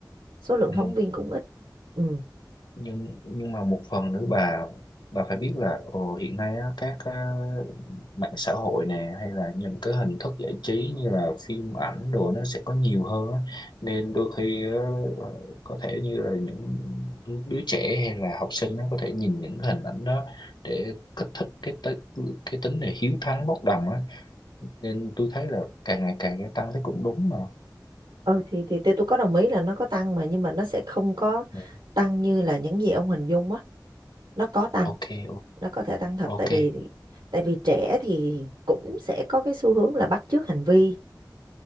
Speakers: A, on the right; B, on the left.
A: số lượng
B: Ừ.
A: phóng viên cũng ít. Ừ.
B: nhưng nhưng mà một phần nữa bà bà phải biết là ồ, hiện nay á, các ờ, mạng xã hội nè hay là những cái hình thức giải trí như là phim ảnh đồ nó sẽ có nhiều hơn á. nên đôi khi ờ, có thể như là những đứa trẻ hay là học sinh nó có thể nhìn những cái hình ảnh đó để kích thích cái tế- cái tính này hiếu thắng bốc đồng á nên tôi thấy là càng ngày càng gia tăng thấy cũng đúng mà
A: Ừ thì thì tôi tôi có đồng ý là nó có tăng mà nhưng mà nó sẽ không có
B: Ừ.
A: tăng như là những gì ông hình dung á, nó có tăng,
B: ok o-
A: nó có thể tăng thật
B: ok
A: tại vì tại vì trẻ thì cũng sẽ có cái xu hướng là bắt chước hành vi